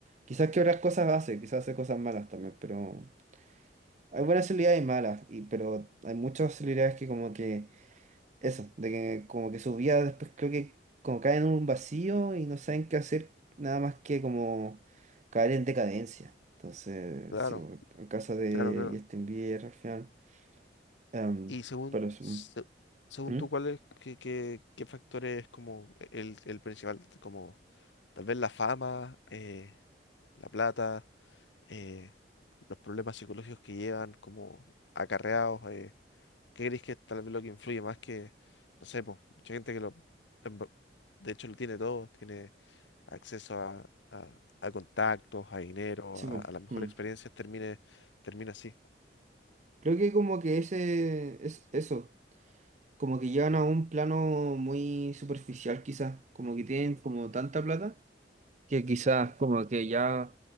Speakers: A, on the right (about 40°); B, on the left (about 85°).
A: Quizás que otras cosas hace, quizás hace cosas malas también, pero hay buenas celebridades y malas, y, pero hay muchas celebridades que como que, eso, de que como que su vida después creo que como caen en un vacío y no saben qué hacer nada más que como caer en decadencia. Entonces,
B: claro,
A: sí, en caso de
B: claro, claro.
A: Justin Bieber, al final. Em,
B: Y según,
A: pero eso.
B: se-
A: mm,
B: según
A: mm,
B: tú, ¿cuál es, qué, qué, qué factor es como el, el principal? Como tal vez la fama, eh, la plata, eh, los problemas psicológicos que llevan como acarreados. eh, ¿Qué crees que es tal vez lo que influye más que, no sé, po, mucha gente que lo, en ver- de hecho lo tiene todo, tiene acceso a, a- a contactos, a dinero,
A: sí,
B: a,
A: po,
B: a las mejores
A: mm.
B: experiencias, termine, termina así.
A: Creo que como que ese es eso, como que llevan a un plano muy superficial quizás, como que tienen como tanta plata que quizás
B: Sí.
A: como que ya